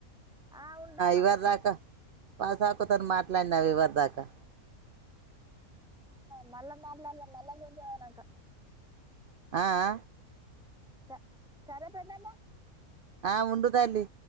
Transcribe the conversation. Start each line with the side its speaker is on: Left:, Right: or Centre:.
Centre: ఆ ఉంటానా
Right: ఇవరి దాకా వాసక్కతోటి మాట్లాడినవ్ ఇవ్వరదాకా
Centre: న మళ్ళా మీ మళ్ళా మాట్లాడదాం మళ్ళా కొంచం అయినాక
Right: ఆ ఆ
Centre: స సరే పెద్దమ్మ
Right: ఆ ఉండు తల్లీ